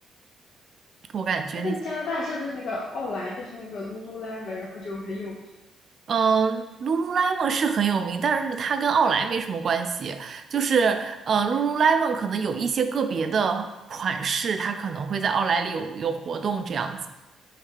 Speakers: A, on the right; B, on the left.
A: 我感觉那些，
B: 哎，但加拿大是不是那个奥莱就是那个 Lululemon，然后就很有名？
A: 嗯，Lululemon 是很有名，但是它跟奥莱没什么关系。就是呃，Lululemon 可能有一些个别的款式，它可能会在奥莱里有有活动这样子。